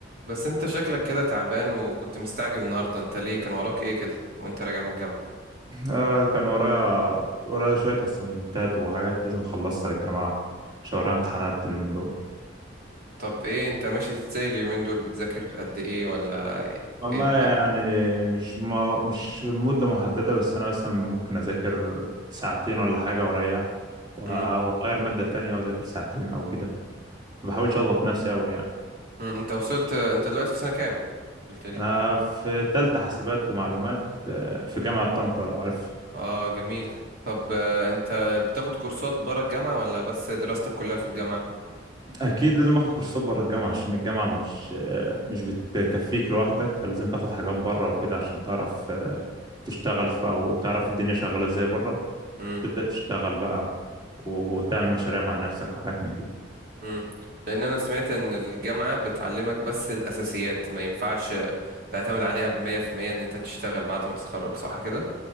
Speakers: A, on the right; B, on the right.
A: بس انت شكلك كده تعبان وكنت مستعجل النهارده انت ليه كان وراك ايه كده وانت راجع من الجامعة
B: آه كان ورايا ورايا شوية أسايمنتات وحاجات لازم أخلصها للجماعة عشان ورايا امتحانات اليومين دول
A: طب ايه انت ماشي ازاي اليومين دول بتذاكر قد ايه ولا
B: والله
A: ايه ده
B: يعني مش ما مش مدة محددة بس أنا مثلا ممكن أذاكر ساعتين ولا حاجة وأريح و-
A: مم.
B: وأغير مادة تانية وأذاكر ساعتين أو كده ما بحاولش
A: مم.
B: أضغط نفسي أوي يعني
A: مم. انت وصلت انت دلوقتي في سنة كام قلت لي
B: أنا في تالتة حاسبات ومعلومات آه، في جامعة طنطا لو عارف
A: اه جميل طب آه، انت بتاخد كورسات برا الجامعة ولا بس دراستك كلها في الجامعة
B: أكيد لازم آخد كورسات بره الجامعة عشان الجامعة مش آه، مش بتكفيك لوحدك فلازم تاخد حاجات بره وكده عشان تعرف تشتغل في او تعرف الدنيا شغاله ازاي بره
A: مم.
B: تبدا تشتغل بقى وتعمل مشاريع مع نفسك وحاجات من كده
A: مم. لان انا سمعت ان الجامعة بتعلمك بس الاساسيات ما ينفعش تعتمد عليها بمية في المية ان انت تشتغل بعد ما تتخرج صح كده